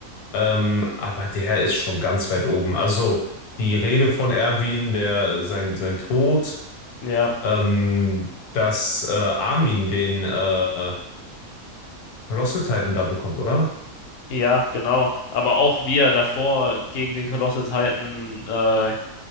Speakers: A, on the left (about 80°); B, on the left (about 70°).
A: ähm, aber der ist schon ganz weit oben. Also die Rede von Erwin, der sein, sein Tod,
B: ja,
A: ähm, dass äh, Armin den äh, Colossal Titan da bekommt, oder?
B: ja, genau. Aber auch wie er davor gegen den Colossal Titan äh,